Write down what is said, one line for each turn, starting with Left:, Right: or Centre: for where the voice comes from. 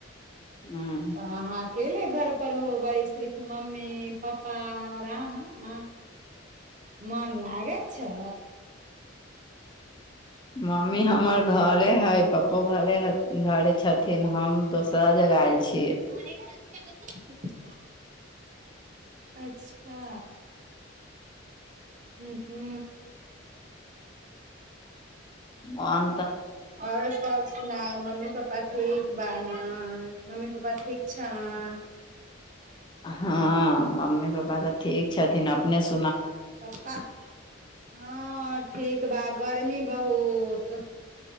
Left: हँ
Right: अहाँ अकेले घर पर होबै सिर्फ मम्मी पापा आऔर आहाँ मन लागे छै
Left: मम्मी हमर घरे हइ पपो घरे घरे छथिन हम दोसरा जगह आयल छी
Right: <unintelligible> अच्छा हू हू
Left: मोन
Right: और सब सुनाउ मम्मी पपा ठीक बा न मम्मी पापा ठीक छनि
Left: हँ मम्मी पापा तऽ ठीक छथिन अपने सु
Right: पपा हँ ठीक बा गर्मी बहुत